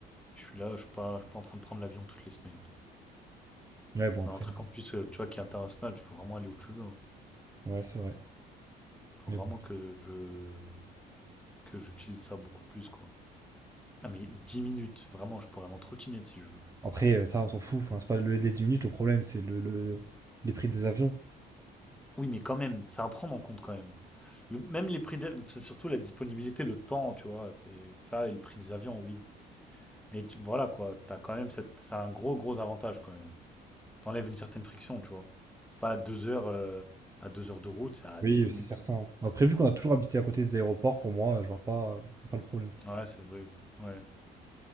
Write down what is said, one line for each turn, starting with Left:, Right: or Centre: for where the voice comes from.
Centre: Je suis là, je suis pas, je suis pas en train de prendre l'avion toutes les semaines.
Right: Ouais, bon,
Centre: Dans
Right: après,
Centre: un truc en plus, euh, tu vois, qui est international, tu peux vraiment aller où tu veux. hein.
Right: ouais, c'est vrai.
Centre: Faut
Right: Mais
Centre: vraiment
Right: bon.
Centre: que je que j'utilise ça beaucoup plus, quoi. Ah mais 10 minutes, vraiment, je pourrais l'entretinette si je veux.
Right: Après, euh, ça, on s'en fout. Enfin, c'est pas le, délai les 10 minutes, le problème, c'est le, le- les prix des avions.
Centre: Oui, mais quand même, c'est à prendre en compte quand même. Le- même les prix, des- c'est surtout la disponibilité, le temps, tu vois, c'est ça et le prix des avions, oui. Mais tu- voilà quoi, t'as quand même cette, c'est un gros gros avantage quand même. T'enlèves une certaine friction, tu vois. C'est pas à deux heures, euh, à deux heures de route, c'est à
Right: Oui,
Centre: 10 minutes.
Right: euh, c'est certain. Après, vu qu'on a toujours habité à côté des aéroports, pour moi, euh, je vois pas, je vois pas le problème, quoi.
Centre: Ouais, c'est vrai. Ouais,